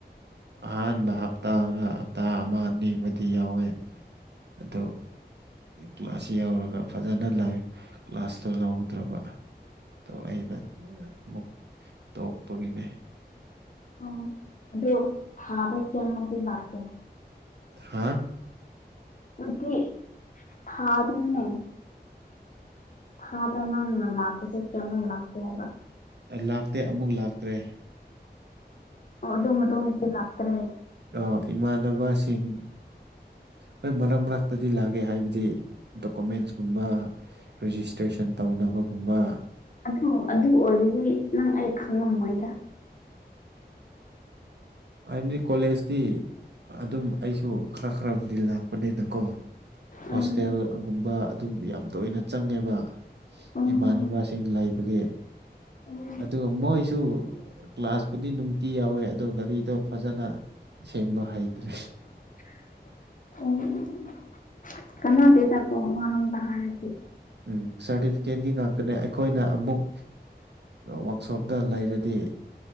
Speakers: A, on the right (about 75°); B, on the left (about 50°).
A: ꯑꯍꯥꯟꯕ ꯍꯞꯇꯥꯒ ꯍꯞꯇꯥ ꯑꯃ ꯑꯅꯤꯕꯨꯗꯤ ꯌꯥꯎꯋꯦ ꯑꯗꯣ ꯀ꯭ꯂꯥꯁꯁꯤ ꯌꯧꯔꯒ ꯐꯖꯅ ꯂꯥꯏ ꯀ꯭ꯂꯥꯁꯇꯣ ꯂꯧꯗ꯭ꯔꯕ ꯑꯩꯅ ꯑꯃꯨꯛ ꯇꯣꯛꯄꯒꯤꯅꯦ
B: ꯑꯣ ꯑꯗꯨꯣ ꯍꯥꯥꯕꯀꯤ ꯑꯃꯗꯤ ꯂꯛꯀꯦ
A: ꯍꯥꯥ
B: ꯑꯩꯒꯤ ꯐꯥꯗꯅꯤꯅꯦ ꯊꯥ ꯗ ꯅꯪꯅ ꯂꯥꯛꯄꯁꯦ ꯀꯌꯥꯝꯃꯣ ꯃꯥꯥꯛꯀꯦ ꯍꯥꯏꯕ
A: ꯑ ꯂꯥꯛꯇꯦ ꯑꯃꯨꯛ ꯂꯥꯛꯇ꯭ꯔꯦ
B: ꯑꯣ ꯑꯗꯨ ꯃꯇꯨꯡꯁꯨ ꯂꯥꯛꯇꯔꯦ
A: ꯑ ꯏꯃꯥꯟꯅꯕꯁꯤꯡ ꯍꯣꯏ ꯃꯔꯛ ꯃꯔꯛꯇꯗꯤ ꯂꯥꯛꯒꯦ ꯍꯥꯏꯕꯗꯤ ꯗꯣꯀꯨꯃꯦꯟꯁꯀꯨꯝꯕ ꯔꯤꯖꯤꯁꯇ꯭ꯔꯦꯁꯟ ꯇꯧꯅꯕꯒꯨꯝꯕ
B: ꯑꯗꯨ ꯑꯗꯨ ꯑꯣꯏꯔꯗꯤ ꯅꯪ ꯑꯩ ꯈꯪꯉꯝꯃꯣꯏꯗ
A: ꯍꯥꯏꯕꯗꯤ ꯀꯣꯂꯦꯖꯇꯤ ꯑꯗꯨꯝ ꯑꯩꯁꯨ ꯈꯔ ꯈꯔꯕꯨꯗꯤ ꯂꯥꯛꯄꯅꯤꯅꯀꯣ ꯍꯣꯁꯇꯦꯜꯒꯨꯝꯕ
B: ꯎꯝ
A: ꯑꯗꯨꯝ ꯌꯥꯝ ꯇꯣꯏꯅ ꯆꯪꯉꯦꯕ
B: ꯎꯝ
A: ꯏꯃꯥꯟꯅꯕꯁꯤꯡ ꯂꯩꯕꯒꯤ
B: ꯎꯝ
A: ꯑꯗꯨꯒ ꯃꯣꯏꯁꯨ ꯀ꯭ꯂꯥꯁꯄꯨꯗꯤ ꯅꯨꯡꯇꯤ ꯌꯥꯎꯋꯦ ꯑꯗꯣ ꯒꯥꯔꯤꯗꯣ ꯐꯖꯅ ꯁꯦꯝꯕ ꯍꯩꯇ꯭ꯔꯦ
B: ꯎꯝ ꯀꯅꯥꯇ ꯊꯀꯣ ꯃꯥꯅꯝ ꯊꯥꯔꯗꯤ
A: ꯎꯝ ꯁꯥꯔꯇꯤꯐꯤꯀꯦꯠꯒꯤ ꯉꯥꯛꯇꯅꯦ ꯑꯩꯈꯣꯏꯅ ꯑꯃꯨꯛ ꯋꯥꯛꯁꯣꯞꯇ ꯂꯩꯔꯗꯤ